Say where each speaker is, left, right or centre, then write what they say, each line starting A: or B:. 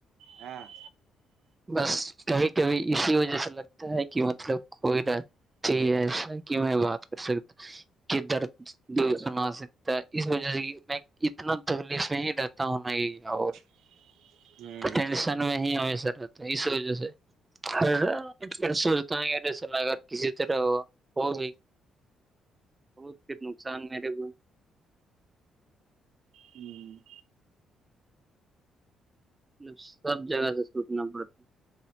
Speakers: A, on the right; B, on the right.
A: ہاں
B: بس کبھی کبھی اسی وجہ سے لگتا ہے کہ مطلب کوئی رہ ی ایسا کہ میں بات کر سکتا کدھر دست سنا سکتا اس وجہ سے میں اتنا تکلیف میں ہی رہتا ہوں نئی اور
A: <inaudible> ہوں
B: ٹینشن میں ہی ہ سر رہتا اس وجہ سے ر سوتاس ال اگر کسی طرح ہوگ بہت پھر نقصان میرے کوئی
A: ہوں
B: مطلب سب جگہ سے سوتنا پڑتا ہے